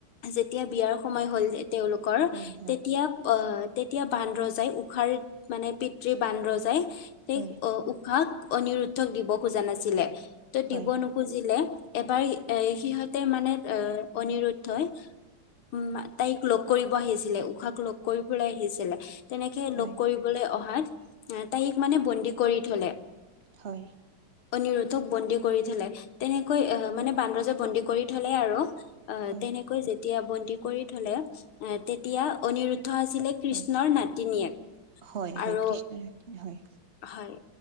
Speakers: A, on the left; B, on the right.
A: যেতিয়া বিয়াৰ সময়
B: হয়,
A: হ'ল তেওঁলোকৰ
B: হয় হয়
A: তেতিয়া আহ তেতিয়া বানৰজাই উষাৰ মানে পিতৃ বানৰজাই যায়
B: হয়
A: তেওঁক উ উষাক অনিৰুদ্ধক দিব খোজা নাছিলে ত
B: হয়
A: দিব নোখোজা বুজিলে এবাৰ এ সিহঁতে মানে এ অনিৰুদ্ধেই উম তাইক লগ কৰিব আহিছিলে উষাক লগ কৰিবলৈ আহিছিলে তেনেকে
B: হয়
A: লগ
B: হয়
A: কৰিব বোলে ফুৰিবলৈ অহাত তাইক মানে বন্দী কৰি থলে।
B: হয়।
A: অনিৰুদ্ধক বন্দী কৰি থলে। তেনেকৈ আহ মানে বানৰজাই বন্দী কৰি থলে আৰু।
B: হয়
A: তেনেকৈ যেতিয়া বন্দি কৰি থ'লে তেতিয়া অনিৰু <unintelligible> আছিলে কৃষ্ণৰ
B: হয়
A: নাতিনীয়েক
B: হয় হয়
A: আৰু
B: কৃষ্ণ নাট্য হয়
A: হয়।